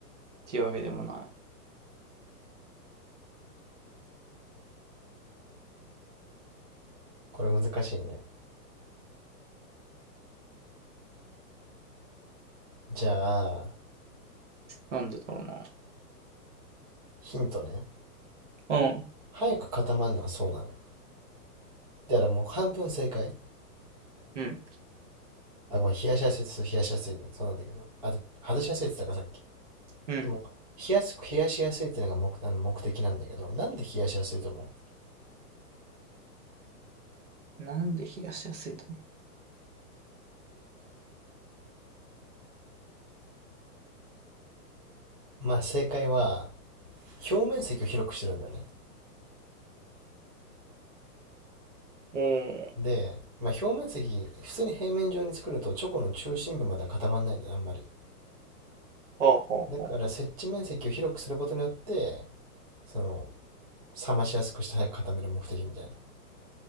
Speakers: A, on the right; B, on the right.
A: ていうわけでもない。
B: これ難しいね。じゃあ、
A: なんでだろうな。
B: ヒントね。
A: うん、
B: 早く固まるのはそうなのよ。だからもう半分正解。
A: うん、
B: あ、ごめん、冷やしやすいってそう、冷やしやすいね。そうなんだけど。あと、外しやすいって言ったか、さっき。
A: うん。
B: でも、冷やす、冷やしやすいってのが目、あの目的なんだけど、なんで冷やしやすいと思
A: なんで冷やしやすいと思
B: うまあ、正解は、表面積を広くしてるんだよね。
A: う。
B: で、まあ、表面積、普通に平面上に作ると、チョコの中心部までは固まらないんだよね、あんまり。
A: おお、ほうほうほ
B: だから、接地面積を広くすることによって、その、冷ましやすくして早く固める目的みたいな。